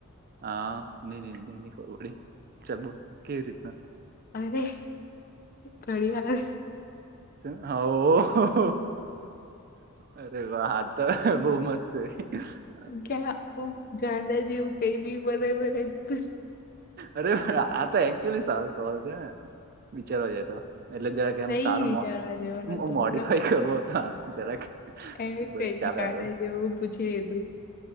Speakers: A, on the right; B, on the left.
A: હા ની નીની ખબ પયડી ચાલ બોલ કેવી રીતના?
B: અરે! ઘડીયાર.
A: હા. ઓ હો હો! અરે હા! તો બ‌ઉ મસ્ત છે. <inaudible>
B: ક્યા આવું ગાંડા જેવું કંઈ બી બનાય બનાય.
A: અરે! આ તો એક્ચુલી સારો સવાલ છે ને? વિચારવા જાય તો એટલે જરાક.
B: કઈ
A: કેમ સારો
B: વિચારવા
A: મો
B: જેવો નતો
A: બો મોડીફાઈ
B: મતલબ
A: કરવો હતો જરાક.
B: એને કંઈ
A: બસ
B: બી
A: ચાલે
B: ગાંડા
A: હવે
B: જેવું. પૂછી લીધું